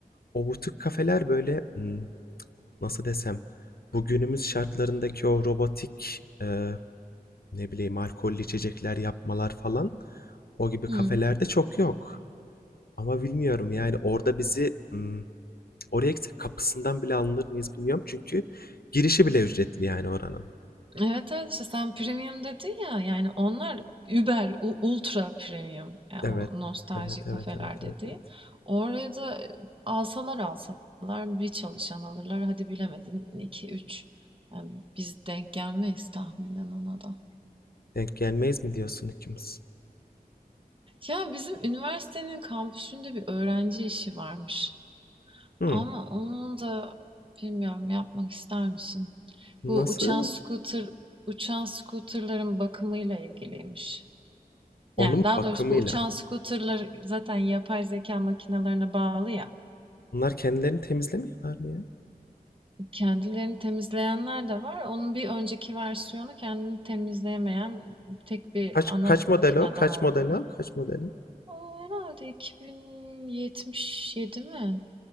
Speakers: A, on the left; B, on the right.
A: O butik kafeler böyle hmm, nasıl desem bugünümüz şartlarındaki o robotik e, Ne bileyim, alkollü içecekler yapmalar falan, o gibi
B: Hı.
A: kafelerde çok yok. Ama bilmiyorum, yani, orada bizi, ımm, oraya gitsek kapısından bile alınır mıyız bilmiyorum çünkü girişi bile ücretli, yani, oranın.
B: Evet evet işte sen premium dedin ya yani onlar Uber, u- ultra premium yani
A: Evet.
B: o nostalji
A: Evet,
B: kafeler
A: evet, evet, evet,
B: dediği.
A: evet.
B: Oraya da alsalar alsalar bir çalışan alırlar hadi bilemedin iki üç Yani biz denk gelmeyiz tahminen ona da.
A: Denk gelmeyiz mi diyorsun ikimiz?
B: Ya bizim üniversitenin kampüsünde bir öğrenci işi varmış.
A: Hımm.
B: Ama onun da bilmiyorum yapmak ister misin?
A: Nasıl?
B: Bu uçan scooter, uçan scooterların bakımıyla ilgiliymiş.
A: Onun
B: Yani daha
A: bakımıyla.
B: doğrusu bu uçan scooterlar zaten yapay zeka makinelerine bağlı ya.
A: Bunlar kendilerini temizlemiyorlar mı ya?
B: Kendilerini temizleyenler de var. Onun bir önceki versiyonu kendini temizleyemeyen tek bir
A: Kaç
B: ana
A: kaç
B: makineden
A: model o? Kaç
B: olan.
A: model o? Kaç model o?
B: O herhalde 2077 mi?